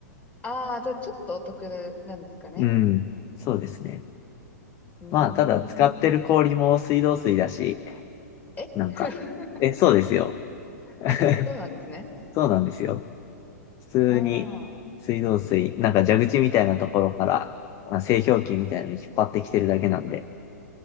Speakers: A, on the left; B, on the left.
A: ああ、じゃあちょっとお得なんですかね。
B: うん。そうですね。
A: うー
B: まあ、ただ使ってる氷も水道水だし、
A: ん。え
B: なんか、
A: <laughs>
B: え、そうですよ。<laughs>
A: あ、そうなんですね。
B: そうなんですよ。普通に水道水、
A: ああ、
B: なんか蛇口みたいなところから、まあ、製氷機みたいなのに引っ張ってきてるだけなんで。